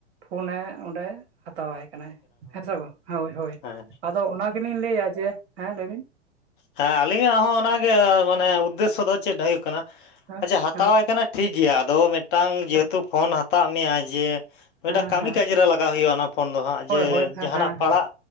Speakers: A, on the right; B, on the left.
A: ᱯᱷᱳᱱᱮ ᱚᱸᱰᱮ ᱦᱟ ᱛᱟᱣᱟᱭ ᱠᱟᱱᱟᱭ ᱦᱮᱸᱥᱮ ᱵᱟᱝ? ᱦᱳᱭ ᱦᱳᱭ
B: ᱦᱮᱸ
A: ᱟᱫᱚ ᱚᱱᱟ ᱜᱮᱞᱤᱧ ᱞᱟᱹᱭᱟ ᱡᱮ ᱦᱮᱸ ᱞᱟᱹᱭᱵᱤᱱ ᱾
B: ᱦᱮᱸ ᱟᱹᱞᱤᱧᱟᱜ ᱦᱚᱸ ᱚᱱᱟᱜᱮ ᱢᱟᱱᱮ ᱩᱫᱽᱫᱮᱥᱥᱚ ᱫᱚ ᱪᱮᱫ ᱦᱩᱭᱩᱜ ᱠᱟᱱᱟ
A: ᱦᱮᱸ
B: ᱟᱪᱷᱟ ᱦᱟᱛᱟᱣᱟᱭ
A: ᱦᱮᱸ
B: ᱠᱟᱱᱟᱭ ᱴᱷᱤᱠ ᱜᱮᱭᱟ ᱟᱫᱚ ᱢᱤᱫᱴᱟᱝ ᱡᱮᱦᱮᱛᱩ
A: ᱦᱮᱸ
B: ᱯᱷᱳᱱ ᱦᱟᱛᱟᱣᱟᱜ ᱢᱮᱭᱟᱭ ᱡᱮ ᱢᱤᱫᱴᱟᱝ
A: ᱦᱮᱸ
B: ᱠᱟᱹᱢᱤ
A: ᱦᱮᱸ
B: ᱠᱟᱡᱽ ᱨᱮ ᱞᱟᱜᱟᱣ ᱦᱩᱭᱩᱜᱼᱟ ᱚᱱᱟ ᱯᱷᱳᱱ ᱫᱚ ᱦᱟᱸᱜ
A: ᱦᱳᱭ
B: ᱡᱮ
A: ᱦᱳᱭ ᱦᱮᱸ
B: ᱡᱟᱦᱟᱸᱱᱟᱜ
A: ᱦᱮᱸ
B: ᱯᱟᱲᱦᱟᱜ
A: ᱦᱮᱸ